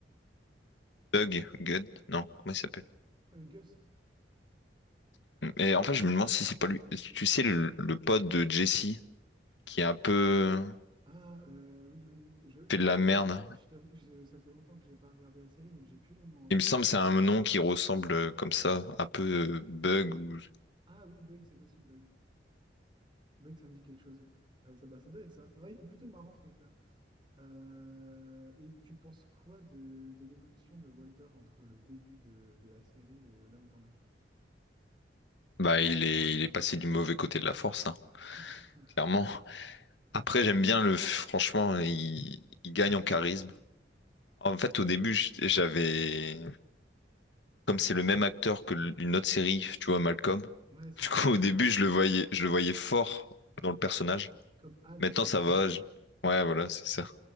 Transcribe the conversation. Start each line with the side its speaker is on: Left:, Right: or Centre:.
Left: Doug Gunn, non, comment il s'appelle?
Right: euh, Gus?
Left: Et en fait, je me demande si c'est pas lui. Tu sais, le, le pote de Jesse qui est un peu
Right: Ah, euh, oui, oui, oui, je, je
Left: fait
Right: vois
Left: de la
Right: lequel.
Left: merde.
Right: Je t'avoue que j'ai- ça fait longtemps que j'ai pas regardé la série, donc j'ai plus les noms en tête.
Left: Il me semble que c'est un nom qui ressemble euh, comme ça, un peu euh, Bug. ou-
Right: Ah oui, Bug, c'est possible, Bug. Bug, ça me dit quelque chose. Euh, ça, bah, ça doit être ça. Ouais, il est plutôt marrant, ce mec-là. Euh, et tu penses quoi de, de l'évolution de Walter entre le début de, de la série et là où t'en es?
Left: Bah, il est, il est passé du mauvais côté de la force, hein,
Right: <laughs>
Left: clairement. Après, j'aime bien le. Franchement, il, il gagne en charisme. En fait, au début, j- j'avais, comme c'est le même acteur que l- une autre série, tu vois, Malcolm.
Right: Ouais, c'est
Left: <laughs> Du
Right: ce
Left: coup,
Right: que j'allais
Left: au
Right: te dire.
Left: début, je le voyais, je le voyais fort dans le personnage.
Right: Comme Hal,
Left: Maintenant,
Right: en fait.
Left: ça
Right: <laughs>
Left: va. je- Ouais, voilà, c'est ça.